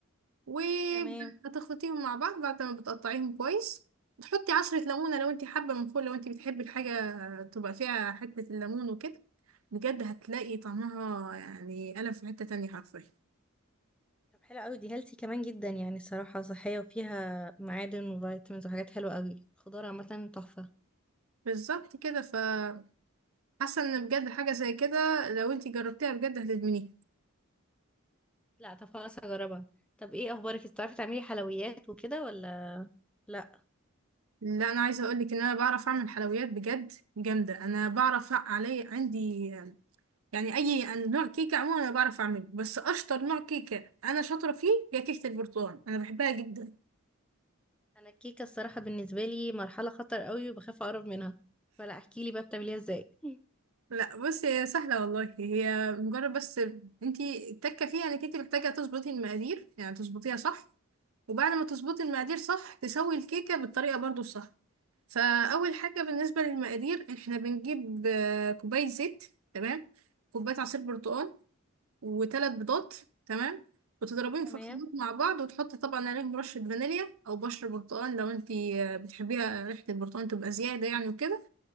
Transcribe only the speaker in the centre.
تمام
طب حلو قوي دي هيلثي كمان جدا يعني صراحة صحية وفيها معادن وفيتامينز وحاجات حلوة قوي خضار عامة تحفة
لا طب خلاص هجربها طب ايه اخبارك انت بتعرفي تعملي حلويات وكده ولا لا
انا الكيكة الصراحة بالنسبة لي مرحلة خطر قوي وبخاف اقرب منها فلا احكي لي بقى بتعمليها ازاي <laughs>
تمام